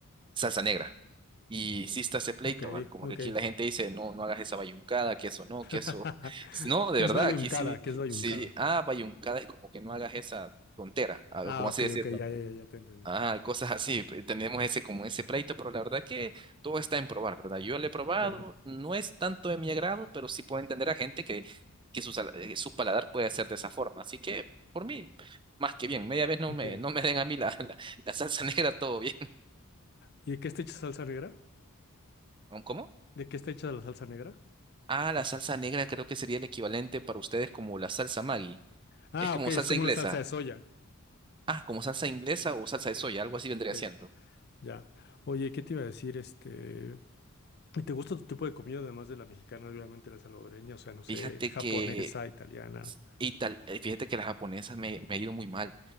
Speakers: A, on the right; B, on the left.
A: salsa negra. Y sí está ese pleito,
B: ok,
A: ¿va? Como
B: ok.
A: que aquí la gente dice, no, no hagas esa bayuncada, que eso no,
B: <laughs>
A: que eso... <laughs> No, de
B: ¿Qué
A: verdad,
B: es bayuncada?
A: aquí sí,
B: ¿Qué es bayuncada?
A: sí, ah, bayuncada es como que no hagas esa tontera, algo
B: Ah,
A: como
B: ok,
A: así decir
B: ok, ya, ya, ya, ya te entendí.
A: Ah, cosas así. pe- Tenemos ese como ese pleito, pero la verdad que todo está en probar, ¿verdad? Yo lo he probado,
B: Ok,
A: no es tanto de mi agrado, pero sí puedo entender a gente que, que su, sal- eh, su paladar puede ser de esa forma. Así que, por mí, más que bien. Media vez no
B: ok.
A: me, no me den a mí la, <laughs> la, la salsa negra, todo bien.
B: ¿Y de qué está hecha salsa negra?
A: <laughs> ¿Cómo?
B: ¿De qué está hecha la salsa negra?
A: Ah, la salsa negra creo que sería el equivalente para ustedes como la salsa Maggi.
B: Ah,
A: Es como
B: ok, es
A: salsa
B: como
A: inglesa.
B: una salsa de soya.
A: Ah, como salsa inglesa o salsa
B: Okay.
A: de soya, algo así vendría
B: Ok,
A: siendo.
B: ya. Oye, ¿qué te iba a decir? Este, ¿y ¿te gusta tu tipo de comida además de la mexicana, obviamente la salvadoreña, o sea, no sé,
A: Fíjate
B: japonesa,
A: que
B: italiana?
A: Y tal, eh, fíjate que la japonesa me, me ha ido muy mal.